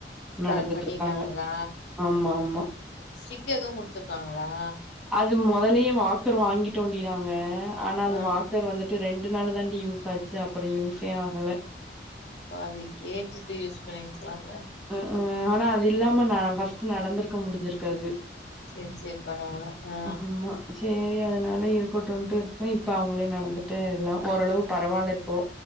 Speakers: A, on the left; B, in the centre.
A: ஸ்டார்ட்
B: நடந்துட்ருக்காங்க.
A: பண்ணிட்டாங்களா
B: ஆமா, ஆமா.
A: ஸ்டிக் எதுவு குடுத்துருக்காங்களா
B: அது மொதலயே வாக்கர் வாங்கிட்டோண்டி நாங்க ஆனா அந்த
A: ஆ
B: வாக்கர் வந்து ட்டு ரெண்டு நாள் தாண்டி யூஸ் ஆச்சி அப்பறம் யூஸே ஆகல
A: பாவி கேட்டுட்டு யூஸ் பண்ணி க்ளால்ல
B: ம் ஆனா அது இல்லாம நா ஃபர்ஸ்ட் நடந்திருக்க முடிஞ்சிருக்காது
A: செரி செரி பரவால்ல அ
B: ஆமா சேரி அதனால இருக்குட்டுன்ட்டு இப்ப அவங்களே நடந்துட்டு எல்லா ஓரளவு பரவால்ல ரோ